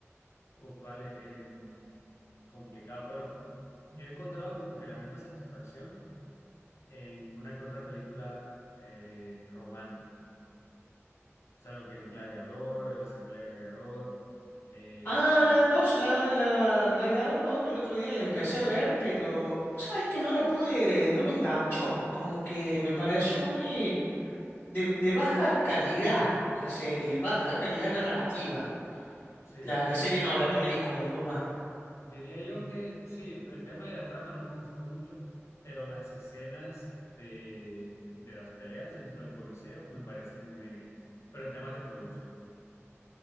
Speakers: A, on the left; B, on the left.
A: Uf, vale, em, complicado. Bueno, yo he encontrado como que la misma satisfacción en una que otra película eh, romana. O sea, lo que es Gladiador, la secuela de Gladiador. Eh,
B: Ah, la 2 la, la Gladiador 2, el otro día la empecé a ver, pero pues sabes que no la pude, no me enganchó, como que me pareció muy de, de baja calidad la serie, baja calidad narrativa.
A: sí,
B: La, la serie no, la película, disculpa.
A: Diría yo que sí, el tema de la trama no me gustó mucho, pero las escenas de, de las peleas dentro del Coliseo me parecen muy bien hechas. Pero en temas de producción.